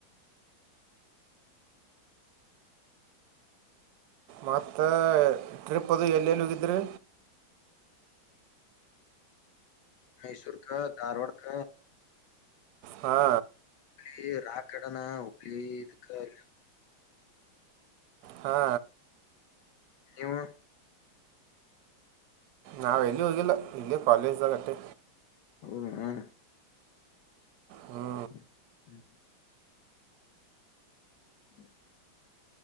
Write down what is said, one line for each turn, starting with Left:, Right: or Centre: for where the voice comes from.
Right: ಮತ್ತೆ ಟ್ರಿಪ್ ಅದು ಎಲ್ಲೆಲ್ಲಿ ಹೋಗಿದ್ರಿ
Left: ಮೈಸೂರ್ಕ ಧಾರವಾಡ ಕ
Right: ಹಾ
Left: ಕಿ ರಾಕಡೆನಾ ಉಬ್ಳಿ ಇದುಕ್ಕ <unintelligible>
Right: ಹಾ
Left: ಇವ್ವು
Right: ನಾವ್ ಎಲ್ಲೂ ಹೋಗಿಲ್ಲ ಇಲ್ಲೆ ಕಾಲೇಜ್ದಾಗಾಟ್ಟೆ
Left: <unintelligible>
Right: ಹ್ಞೂ
Left: ಹ್ಮ್ ಹ್ಮ್ ಹ್ಮ